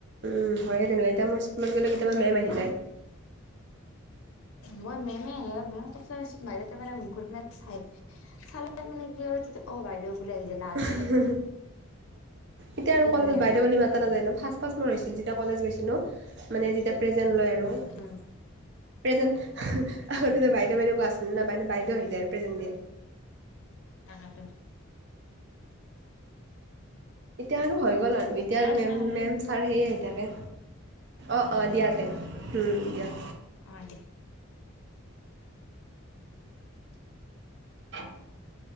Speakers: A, on the right; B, on the left.
A: উম, হয়ে তেনে এতিয়া মোৰ স্কুলত গ'লে কেতিয়াবা মে'ম আহি যায়।
B: মই মে'মে আহে মেমহতকচাইছ <unintelligible> ততে মানে মুখৰ ফালে ঘৰি পিনে চাই চালে মানে কি অ' বাইদেউ বুলি আহি যায়। লাজো
A: তাকেতো
B: লাগে
A: এতিয়া
B: সেইখিনি
A: আৰু কলেজত
B: টাইমত
A: বাইদেউ বুলি মাতা নাযায় ন ফাৰ্ষ্ট মোৰ ফাৰ্ষ্ট হৈছিল। যেতিয়া কলেজ গৈছিল, মানে যেতিয়া প্ৰেজেন্ট লয় আৰু হেল্ল'প্ৰেজেণ্ট
B: উম, সেইটোৱেতো
A: আগতেতো বাইদেউ বাইদেউ কোৱা আছিল ন <unintelligible> বাইদেউ আহি যায় আৰু প্ৰেজেণ্ট দিয়ে।
B: তাকেটো।
A: এতিয়া আৰু হৈ গ'ল আৰু এতিয়া
B: দিয়া
A: আৰু
B: তেনেহ'লে
A: মে'ম, মে'ম, ছাৰ সেই আহি থাকে। অ' অ' দিয়া
B: সেইটো
A: তে উম, দিয়া।
B: অ', দিয়া।
A: <unintelligible>